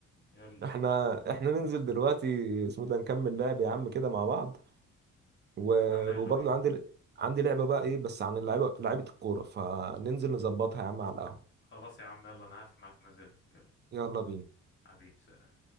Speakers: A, on the left; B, on the right.
A: يقول لي
B: احنا احنا ننزل دلوقتي اسمه ده نكمل لعب يا عم كده مع بعض و...
A: يا عم
B: وبرضه
A: يلا بينا
B: عندي عندي لعبة بقى ايه بس عن اللعيبة لعيبة الكورة فننزل نظبطها يا عم على القهوة
A: خلاص يا عم يلا انا هقفل معاك ونازل لك يلا
B: يلا بينا
A: حبيبي سلام